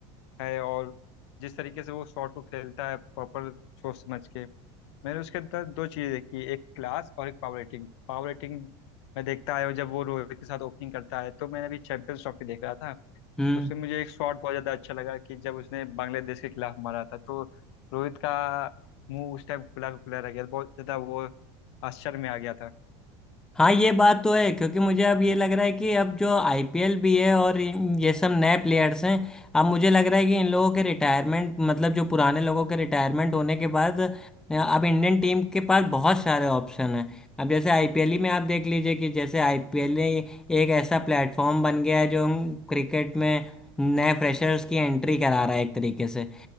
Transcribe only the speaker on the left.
है और जिस तरीके से वो शॉट को खेलता है प्रॉपर सोच समझ के मैंने उसके अंदर दो चीज़ें देखी एक क्लास और एक पावर रेटिंग पावर रेटिंग मैं देखता आया हूँ जब वो रोहित के साथ ओपनिंग करता है तो मैंने अभी चैंपियंस ट्रॉफी देख रहा था
उसमें मुझे एक शॉट बहुत ज़्यादा अच्छा लगा कि जब उसने बांग्लादेश के खिलाफ मारा था तो रोहित का मुंह उस टाइम खुला का खुला रह गया बहुत ज़्यादा वो आश्चर्य में आ गया था